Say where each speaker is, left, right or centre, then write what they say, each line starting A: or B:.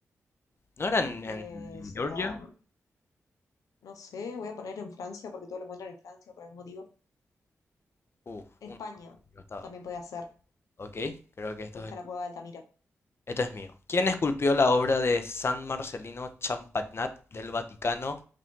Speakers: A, on the left (about 45°); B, on the left (about 75°).
A: ¿No eran en,
B: Eh,
A: en
B: será,
A: Georgia?
B: no sé, voy a poner en Francia porque todo lo encuentran en Francia por algún motivo.
A: Uf,
B: En
A: uno
B: España
A: que no estaba.
B: también puede ser,
A: Ok, creo que esto
B: porque está
A: es
B: la cueva de Altamira.
A: Este es mío. ¿Quién esculpió la obra de San Marcelino Champagnat del Vaticano